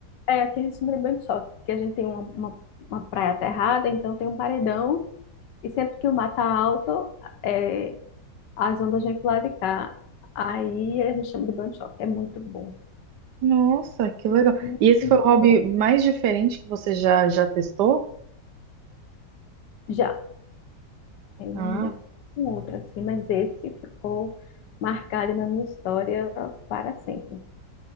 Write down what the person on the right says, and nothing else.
Nossa, que legal.
E esse foi o hobby
mais diferente que você já, já testou?
Ah,